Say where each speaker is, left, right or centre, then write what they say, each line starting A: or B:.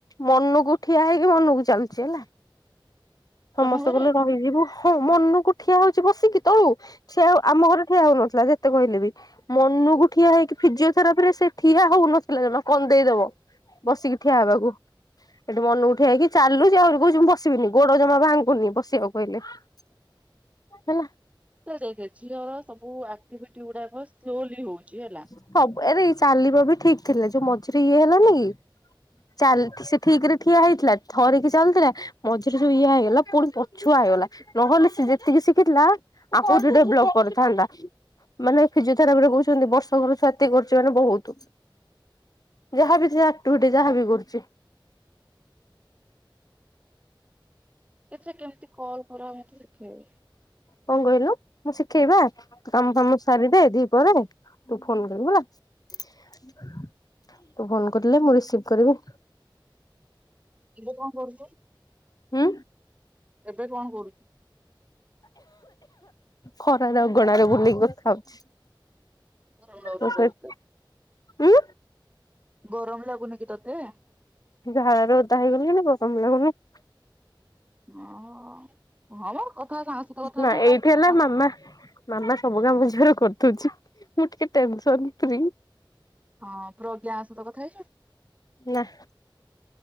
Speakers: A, on the left; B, on the right.
A: ମନକୁ ଠିଆ ହେଇକି ମନକୁ ଚାଲୁଚି ହେଲା। ସମସ୍ତେ
B: ତମ ଘରେ?
A: ଗଲେ ରହିଯିବୁ ହଁ ମନକୁ ଠିଆ ହଉଛି ବସିକି ତଳୁ ସେଆଉ ଆମ ଘରେ ଠିଆ ହଉନଥିଲା ଯେତେ କହିଲେ ବି ମନକୁ ଠିଆ ହେଇକି ଫିଜିଓଥେରାପି ରେ ସେ ଠିଆ ହଉନଥିଲା ଜମା କନ୍ଦେଇଦବ ବସିକି ଠିଆ ହେବାକୁ ଏଠି ମନକୁ ଠିଆ ହେଇକି ଚାଲୁଛି ଆହୁରି କହୁଛି ମୁଁ ବସିବିନି। ଗୋଡ ଜମା ଭାଙ୍ଗୁନି ବସିବାକୁ କହିଲେ ହଲେ ହେଲା
B: ତ ଦେଖେ ଝିଅର ସବୁ ଆକ୍ଟିଭିଟି ଗୁଡାକ ସ୍ଲୋଲି ହଉଛି ହେଲା
A: ସବୁ ଆରେ ଚାଲିବା ବି ଠିକ୍ ଥିଲା ଯୋଉ ମଝିରେ ଇଏ ହେଲାନି କି ଚାଲି ସେ ଠିକ୍ ରେ ଠିଆ ହେଇଥିଲା ଧରିକି ଚାଲୁଥିଲା ମଝିରେ ସୋଉଆ ଇଏ ହେଇଗଲା ପୁଣି ପଛୁଆ ହେଇଗଲା ନହେଲେ ସେ ଯେତିକି ଶିଖିଥିଲା <unintelligible> କରିଥାନ୍ତା ମାନେ ଫିଜିଓଥେରାପି ଫିଜିଓଥେରାପି ରେ କହୁଛନ୍ତି ବର୍ଷ କର ଛୁଆ ଏତିକି କରୁଛି ମାନେ ବହୁତ୍ ଯାହା ବି ଆକ୍ଟିଭିଟି ଯାହାବି କରୁଛି।
B: ଏଥିରେ କେମିତି କଲ୍ କର ମତେ ଶିଖେଇବ।
A: କଣ କହିଲୁ ମୁଁ ଶିଖେଇବା କାମ ଫାମ ସାରିଦେ ଦି ପରେ ତୁ ଫୋନ୍ କରିବୁ ହେଲା ତୁ ଫୋନ କରିଲେ ମୁଁ ରିସିଭ୍ କରିବି।
B: ଏବେ କଣ କରୁଛୁ?
A: ହୁଁ।
B: ଏବେ କଣ କରୁଚୁ?
A: ଖରାରେ ଅଗଣାରେ ବୁଲିକି କଥା ହଉଛି।
B: <unintelligible>
A: ତୋ ସହିତ ଉଁ।
B: ଗରମ ଲାଗୁନି କି ତତେ?
A: ଝାଳ ରେ ଓଦା ହେଇଗଲିଣି। <unintelligible>
B: ହଁଅ ହଁମ କଥା ସାଙ୍ଗସହିତ କଥା
A: ନା
B: ହଉନ
A: ଏଇଠି
B: କା କଥା
A: ହେଲା
B: ହଉ।
A: ମାମା ମାମା ସବୁ କାମ ଝିଅର କରିଦଉଛି। ମୁଁ ଟିକେ ଟେନସନ ଫ୍ରୀ।
B: ହଁ ପ୍ରଜ୍ଞା ସହିତ କଥା ହେଇଛୁ
A: ନା।